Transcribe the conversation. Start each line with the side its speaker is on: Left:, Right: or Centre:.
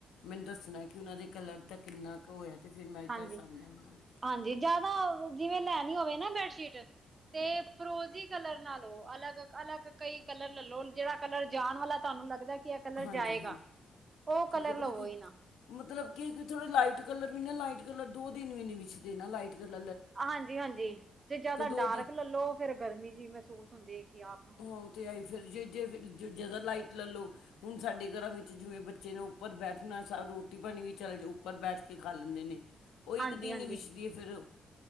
Left: ਮੈਨੂੰ ਦੱਸਣਾ ਕਿ ਉਹਨਾਂ ਦੇ ਕਲਰ ਤਾਂ ਕਿੰਨਾ ਕੁ ਹੋਇਆ? ਤੇ ਫਿਰ ਮੈਂ ਅ
Right: ਹਾਂਜੀ,
Left: ਤਾਂ ਹਿਸਾਬ ਨਾਲ ਲਵਾਗੀ।
Right: ਹਾਂਜੀ, ਜਾਦਾ ਜਿਵੇਂ ਲੈਣੀ ਹੋਵੇ ਨਾ ਬੈਡਸ਼ੀਟ ਤੇ ਫਰੋਜ਼ੀ ਕਲਰ ਨਾ ਲੋ, ਅਲੱਗ-ਅਲੱਗ ਕਈ ਕਲਰ ਲੈਲੋ ਜਿਹੜਾ ਕਲਰ ਜਾਣ ਵਾਲਾ ਤੁਹਾਨੂੰ ਲੱਗਦਾ ਏ, ਕਿ ਏਹ ਕਲਰ
Left: ਹਾਂਜੀ
Right: ਜਾਏਗਾ।
Left: ਹਾਂਜੀ
Right: ਉਹ ਕਲਰ
Left: ਠੀਕ ਹੈ ਪਤਾ
Right: ਲਵੋ
Left: ਕੀ
Right: ਹੀ ਨਾ।
Left: ਮਤਲਬ ਕਿ ਥੋੜੇ ਲਾਈਟ ਕਲਰ ਵੀ ਨਾ ਲਾਈਟ ਕਲਰ ਦੋ ਦਿਨ ਵੀ ਨਹੀਂ ਵਿੱਛ ਦੇ ਨਾ ਲਾਈਟ ਕਲ
Right: ਹਾਂਜੀ ਹਾਂਜੀ ਤੇ ਜਿਆਦਾ
Left: ਦੋ
Right: ਡਾਰਕ
Left: ਦਿਨ
Right: ਲੈਲੋ ਫਿਰ ਗਰਮੀ ਜਿਹੀ ਮਹਿਸੂਸ ਹੁੰਦੀ ਕਿ ਆਪ ਨੂੰ
Left: ੳਹ ਤੇ ਆਈ ਫਿਰ ਜੇ ਜੇ ਜ਼ਿਆਦਾ ਲਾਈਟ ਲੈ ਲਉ ਹੁਣ ਸਾਡੇ ਘਰਾਂ ਵਿੱਚ ਜਿਵੇਂ ਬੱਚੇ ਨੂੰ ਉਪਰ ਬੈਠਣਾ ਸਭ ਰੋਟੀ ਪਾਣੀ ਵੀ ਚੱਲ ਜਾ ਉੱਪਰ ਬੈਠ ਕੇ ਖਾ ਲੈਂਦੇ ਨੇ। ਉਹ ਇੱਕ
Right: ਹਾਂਜੀ
Left: ਦਿਨ
Right: ਹਾਂਜੀ
Left: ਹੀਂ ਵਿਛਦੀ ਹੈ ਫਿਰ